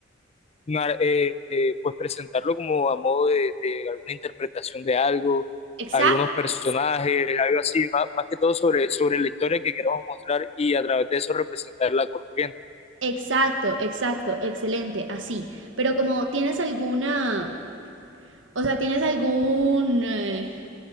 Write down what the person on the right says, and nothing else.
Exacto,
exacto, exacto, excelente, así. Pero como tienes alguna, o sea, tienes algún, eh,